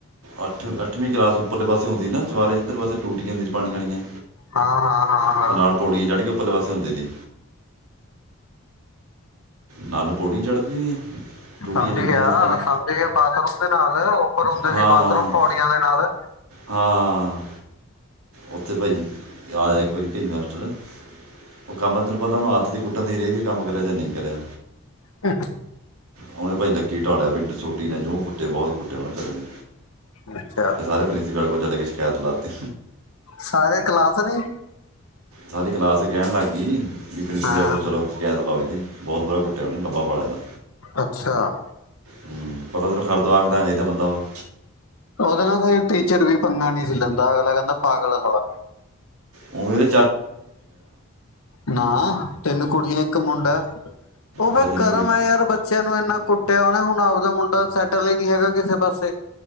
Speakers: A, on the right; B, on the left.
A: ਅੱਠ, ਅੱਠਵੀਂ ਕਲਾਸ ਪਰਲੇ ਪਾਸੇ ਹੁੰਦੀ ਨਾ, ਚਵਾਰੇ ਜਿੱਧਰ ਪਾਸੇ ਟੂਟੀਆਂ ਹੂੰਦੀ ਪਾਣੀ ਵਾਲੀਆਂ।
B: ਹਾਂ, ਹਾਂ, ਹਾਂ, ਹਾਂ।
A: ਉਹ ਨਾਲ ਪੌੜੀਆਂ ਚੜ੍ਹ ਕੇ ਉੱਪਰਲੇ ਪਾਸੇ ਹੁੰਦੇ ਨੀ। ਨਾਲ ਪੌੜੀ ਚੜ੍ਹਦੀ ਆ। ਟੂਟੀਆਂ
B: ਸਮਝ
A: ਲੱਗੀਆਂ
B: ਗਿਆ,
A: ਨੇ ਜਿੱਥੇ ਪਾਣੀ
B: ਸਮਝ ਗਿਆ ਬਾਥਰੂਮ ਦੇ ਨਾਲ ਉੱਪਰ ਹੁੰਦੇ
A: ਹਾਂ
B: ਸੀ, ਬਾਥਰੂਮ
A: ਹਾਂ
B: ਪੌੜੀਆਂ ਦੇ ਨਾਲ।
A: ਹਾਂ ਉੱਥੇ ਭਾਈ ਜੀ, ਇੱਕ ਵਾਰੀ ਭਾ ਮਾਸਟਰ ਉਹ ਕੰਮ ਤੈਨੂੰ ਪਤਾ ਹੁਣ ਆਦਤ ਦੀ ਕੁੱਟਣ ਦੀ, ਹੀ ਰਹਿਗੀ ਕੰਮ ਕਰਿਆ ਜਾਂ, ਨਹੀਂ ਕਰਿਆ।
B: ਹ
A: ਉਹਨੇ ਭਾਈ। ਲੱਕੀ ਢਾਲਿਆ ਪਿਸੋਂ ਕੁੱਟੀ ਨੇ, ਜੂੰ ਕੁੱਟੇ ਬਹੁਤ ਕੁੱਟੇ, ਉਹਨਾਂ ਖ ਨੇ
B: ਅੱਛਾ
A: ਫੇਰ, ਸਾਰੇ ਪ੍ਰਿੰਸੀਪਲ ਕੋਲ ਚਲੇ ਗਏ, ਸ਼ਿਕਾਇਤ ਲਾਤੀ।
B: ਸਾਰੇ ਕਲਾਸ ਨੇ
A: ਸਾਰੀ ਕਲਾਸ ਹੀ, ਕਹਿਣ ਲੱਗ ਗਈ। ਵੀ ਤ
B: ਹਾਂ
A: ਚਲੋ, ਸ਼ਿਕਾਇਤ ਲਾਓ ਇਹਦੀ, ਬਹੁਤ ਬੁਰਾ ਕੁੱਟਿਆ ਉਹਨੇ ਲੰਬਾ ਪਾ ਲਿਆ ਇਹਦਾ
B: ਅੱਛਾ
A: ਹਮ ਪਤਾ, ਤੈਨੂੰ ਖਰਦ ਵਾਂਗ ਦਾਦਾ ਬੰਦਾ ਉਹ
B: ਉਹਦੇ ਨਾਲ ਕੋਈ ਟੀਚਰ ਵੀ ਪੰਗਾ, ਣੀ, ਸੀ, ਲੈਂਦਾ ਅਗਲਾ ਕਹਿੰਦਾ ਪਾਗਲ ਆ ਸਾਲਾ।
A: ਉਏ।
B: ਨਾ, ਤਿੰਨ ਕੁੜੀਆਂ, ਇੱਕ ਮੁੰਡਾ। ਹ ਉਹ ਫਿਰ
A: ਅੱਛਾ ਤਿੰਨ
B: ਕਰਮ
A: ਕੁੜੀ
B: ਹੈ, ਯਾਰ, ਬੱਚਿਆਂ ਨੂੰ ਇੰਨਾ ਕੁੱਟਿਆ ਉਹਨੇ, ਹੁਣ ਆਪਦਾ ਮੁੰਡਾ ਸੈਟਲ ਹੀ ਨੀ ਹੈਗਾ, ਕਿਸੇ ਪਾਸੇ।